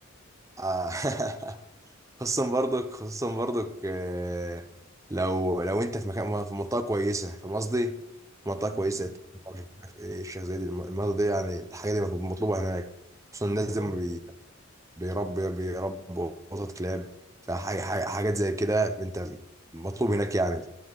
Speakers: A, on the right; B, on the right.
A: آه. <laughs> خصوصا برضك خصوصا برضك آه، لو لو انت في مكان في منطقه كويسه في قصدي في
B: امم
A: منطقه كويسه
B: امم
A: مش عارف ايه الشيخ زايد الم- المنطقه دي يعني الحاجه دي مطلوب- مطلوبه هناك خصوصا
B: بالظبط
A: الناس دي بي- بيربي بيربوا قطط كلاب فحاجة حاجة-
B: و-
A: حاجات زي كده انت مطلوب هناك يعني